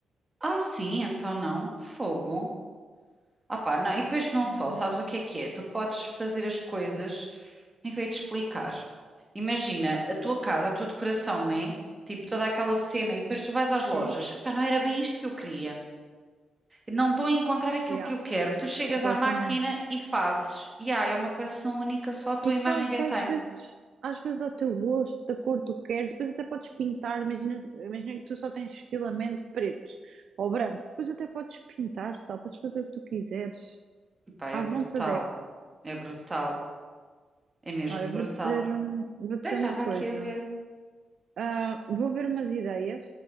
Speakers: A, on the right; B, on the right.
A: ah, sim, então não. Fogo. Ah pá, não, e depois
B: Sim,
A: não só, sabes o que é que é? Tu podes fazer as coisas, como é que eu ia te explicar? Imagina, a tua casa, a tua decoração, né? Tipo, toda aquela cena, e depois tu vais às
B: sim,
A: lojas, pá, não era bem isto que eu queria. Não estou a encontrar aquilo
B: yeah,
A: que eu quero. Tu chegas
B: completamente.
A: à máquina e fazes. E ah, é uma peça única, só a tua
B: E
A: e mais
B: fazes
A: ninguém
B: às
A: tem.
B: vezes, às vezes ao teu gosto, da cor que tu queres, depois até podes pintar, imagina, imagina que tu só tens filamento preto ou branco, depois até podes pintar, sabe? Podes fazer o que tu quiseres,
A: Pá, é
B: à
A: brutal,
B: vontade.
A: é brutal, é mesmo
B: Olha, eu
A: brutal.
B: vou-te dizer, hum, vou-te
A: Daí
B: dizer
A: estava
B: uma coisa.
A: aqui a ver.
B: Ah, vou ver umas ideias,